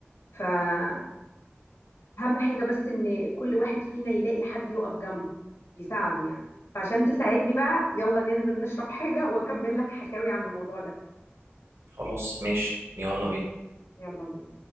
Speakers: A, on the left (about 80°); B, on the right (about 75°).
A: فاهم حاجه بس ان كل واحد فينا يلاقي حد يقف جنبه يساعده يعني فعشان تساعدني بقى يلا ننزل نشرب حاجه واكمل لك حكاوي عن الموضوع ده
B: خلاص ماشي يلا بينا
A: يلا بينا